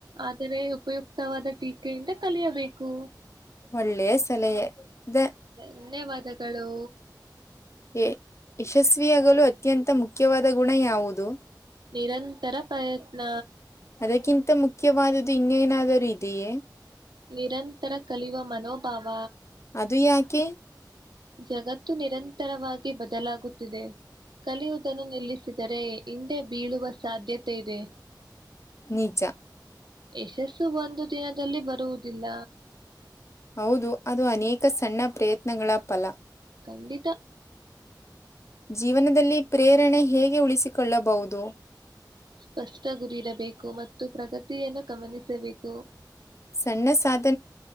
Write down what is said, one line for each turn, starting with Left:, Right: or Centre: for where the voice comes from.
Right: ಆದರೆ ಉಪಯುಕ್ತವಾದ ಟೀಕೆಯಿಂದ ಕಲಿಯಬೇಕು.
Left: ಒಳ್ಳೆ ಸಲಹೆ ಇ
Right: ಧನ್ಯವಾದಗಳು.
Left: ಯ ಯಶಸ್ವಿಯಾಗಲು ಅತ್ಯಂತ ಮುಖ್ಯವಾದ ಗುಣ ಯಾವುದು?
Right: ನಿರಂತರ ಪ್ರಯತ್ನ.
Left: ಅದಕ್ಕಿಂತ ಮುಖ್ಯವಾದದ್ದು ಇನ್ನೇನಾದರೂ ಇದೆಯೇ?
Right: ನಿರಂತರ ಕಲಿಯುವ ಮನೋಭಾವ.
Left: ಅದು ಯಾಕೆ?
Right: ಜಗತ್ತು ನಿರಂತರವಾಗಿ ಬದಲಾಗುತ್ತಿದೆ. ಕಲಿಯುವುದನ್ನು ನಿಲ್ಲಿಸಿದರೆ ಹಿಂದೆ ಬೀಳುವ ಸಾಧ್ಯತೆ ಇದೆ.
Left: ನಿಜ <inaudible>
Right: ಯಶಸ್ಸು ಒಂದು ದಿನದಲ್ಲಿ ಬರುವುದಿಲ್ಲ.
Left: ಹೌದು, ಅದು ಅನೇಕ ಸಣ್ಣ ಪ್ರಯತ್ನಗಳ ಫಲ.
Right: ಕಂಡಿತ,
Left: ಜೀವನದಲ್ಲಿ ಪ್ರೇರಣೆ ಹೇಗೆ ಉಳಿಸಿಕೊಳ್ಳಬಹುದು.
Right: ಸ್ಪಷ್ಟ ಗುರಿರಬೇಕು ಮತ್ತು ಪ್ರಗತಿಯನ್ನು ಗಮನಿಸಬೇಕು.
Left: ಸಣ್ಣ ಸಾಧನೆಗಳನ್ನು